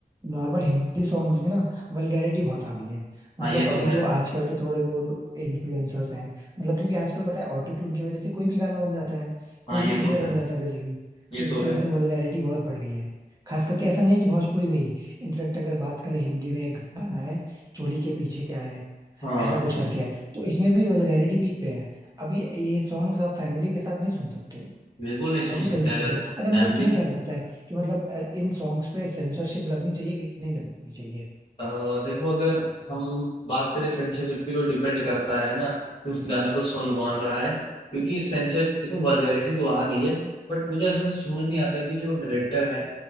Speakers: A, on the right; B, on the left.
A: नॉर्मल हिंदी सॉन्ग्स में ना वल्गैरिटी बहुत आ गई है
B: हाँ
A: मतलब
B: ये तो
A: अभी
B: है
A: जो आजकल के थोड़े वो जो इन्फ्लुएंसर्स हैं मतलब क्योंकि आजकल पता है ऑटो ट्यून की वजह से कोई भी गाना बन जाता है कोई
B: हाँ
A: भी
B: ये
A: सिंगर
B: तो
A: बन
B: है
A: जाता है बेसिकली
B: ये
A: तो इसकी
B: तो है
A: वजह से वल्गैरिटी बहुत बढ़ गई है खास करके ऐसा नहीं है कि भोजपुरी में ही इनफैक्ट अगर बात करें हिंदी में एक गाना है चोली के पीछे क्या है
B: हाँ
A: ऐसा कुछ करके है तो इसमें भी वल्गैरिटी पीक पे है अभी ये सॉन्ग्स आप फैमिली के साथ नहीं सुन सकते हो
B: बिल्कुल नहीं सोच
A: ऐसी
B: सकते
A: कंडीशन
B: अगर
A: अच्छा मतलब
B: फैमिली
A: तुम्हें क्या
B: की
A: लगता है कि मतलब अ, इन सॉन्ग्स पे सेंसरशिप लगनी चाहिए कि नहीं लगनी चाहिए
B: अ, देखो अगर हम बात करें सेंसरशिप की तो डिपेंड करता है ना कि उस गाने को सुन कौन रहा है क्योंकि सेंसर देखो वल्गैरिटी तो आ गई है बट मुझे ऐसा समझ नहीं आता कि जो डायरेक्टर है